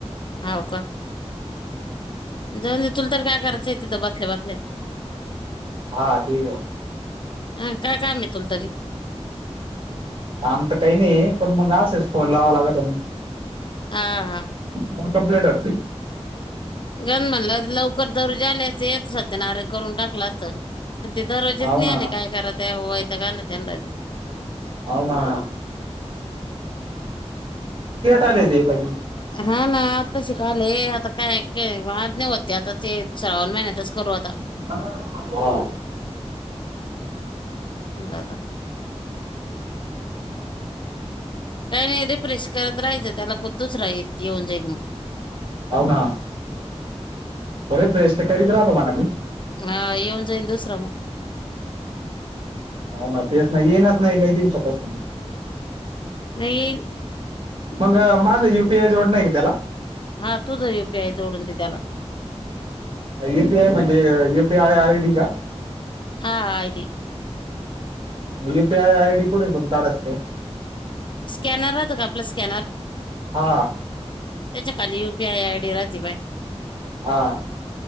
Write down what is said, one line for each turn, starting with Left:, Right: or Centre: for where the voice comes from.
Left: हाव का? जाऊन दे तुला तर काय करायचंय तिथं बसल्या-बसल्या
Right: हा ते
Left: आं काय काम आहे तुला तरी?
Right: काम तर काही नाही पण मग असच फोन लावा लागत.
Left: हा हा
Right: कं कंप्लीट होते.
Left: गण म्हणलं लवकर दरवजाले असते सत्यनाराय करून टाकलं असतं. ते दरवेजीच
Right: हाव
Left: नाही
Right: ना
Left: आली काय करात्यां वयताक आले त्यांनाला बी.
Right: हाव ना. का.
Left: हम्म.
Right: <unintelligible>
Left: हा ना आता शिकाले आता काय काय वाद नाही होते आता ते श्रावण महिन्यातच करू आता.
Right: हा.
Left: ला आता काही नाही रिफ्रेश करत राहाचं त्याला खूप दुसरा येत येऊन जाईल मग.
Right: हाव ना <unintelligible> करीत राह तुम्हाला मी.
Left: आं येऊन जाईन दुसरं मग.
Right: हाव ना पेस ना येईन. <unintelligible>
Left: नाही
Right: मग माझं यु पी आय जोडणं आहे क त्याला?
Left: हा तुझं यु पी आय जोडून दे त्याला.
Right: यु पी आय म्हणजे U P I I D का?
Left: हा हा I D.
Right: U P I I D कुडतून काढाच ते.
Left: स्कॅनर राहतं का आपलं स्कॅनर?
Right: हा
Left: त्याच्या खाली U P I I D राहते बाय.
Right: आ